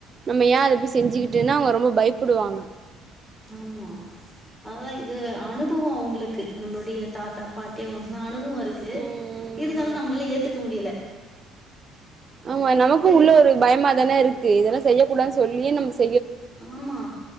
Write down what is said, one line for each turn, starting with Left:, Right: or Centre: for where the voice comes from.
Right: நம்ம ஏ அத போய் செஞ்சுகிட் ட்டுனு அவுங்க ரொம்ப பயப்படுவாங்க
Centre: ஆமா அதா இது அனுபவோ அவுங்களுக்கு நம்புளுடைய தாத்தா பாட்டி அவுங்களுக்குலா அனுபவோ ருக்கு
Right: ம்
Centre: இருந்தாலு நம்ளால ஏத்துக்க முடியில
Right: ஆமா நமக்கூ உள்ள
Centre: கூடோ
Right: ஒரு பயமாதான இருக்கு இதல்லா செய்ய கூடான் சொல்லி நம்ம ஸ்
Centre: ஆமா